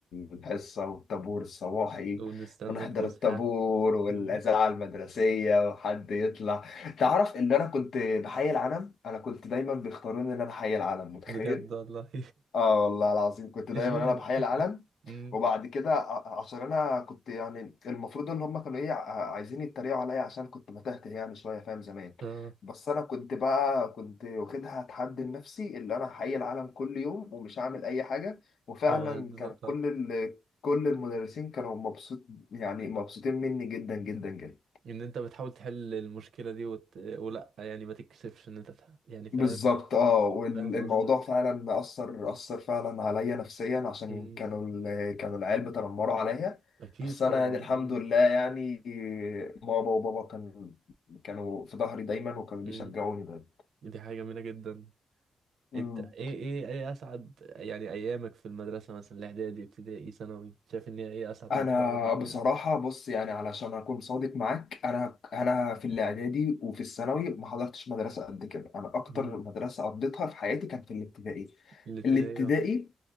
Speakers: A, on the left (about 80°); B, on the right (about 85°).
A: الحصة والطابور الصباحي
B: ونستنى
A: ونحضر
B: الفسحة
A: الطابور والإذاعة
B: مم.
A: المدرسية وحد يطلع تعرف إن أنا كنت بحي العلم أنا كنت دايما بيختاروني إن أنا حي العلم متخيل؟
B: بجد والله
A: آه والله العظيم كنت دايما
B: <laughs> اشمعنى
A: أنا بحي العلم
B: مم.
A: وبعد كده ع- عشان انا كنت يعني المفروض ان هم كانوا ايه ع- عايزين يتريقوا عليا عشان كنت بتهته يعني شويه فاهم زمان
B: اه
A: بس انا كنت بقى كنت واخدها تحدي لنفسي اللي انا هحيي العالم كل يوم ومش هعمل اي حاجه وفعلا
B: وعد-
A: كان كل ال... كل المدرسين كانوا مبسوط يعني مبسوطين مني جدا جدا جدا
B: ان انت بتحاول تحل المشكلة دي وت... ولا يعني ما تكسفش ان انت تح... يعني فاهم
A: بالظبط اه
B: مم.
A: والموضوع
B: فاهم قصدك
A: فعلا اثر اثر فعلا عليا نفسيا عشان
B: مم.
A: كانوا ال- كانوا العيال بيتنمروا عليا
B: اكيد
A: بس
B: طبعا
A: انا يعني الحمد
B: مم.
A: لله يعني ماما وبابا كان كانوا في ظهري دايما وكانوا بيشجعوني
B: مم.
A: دايما
B: دي حاجة جميلة جدا
A: مم.
B: انت ايه ايه ايه اسعد يعني ايامك في المدرسة مثلا الاعدادي ابتدائي ثانوي شايف ان هي ايه اسعد
A: انا
B: مرحلة مريت بيها
A: بصراحه بص يعني علشان اكون صادق معاك انا انا في الاعدادي وفي الثانوي ما حضرتش مدرسه قد كده انا اكتر
B: مم.
A: مدرسه قضيتها في حياتي كان في الابتدائي
B: الابتدائي
A: الابتدائي
B: اه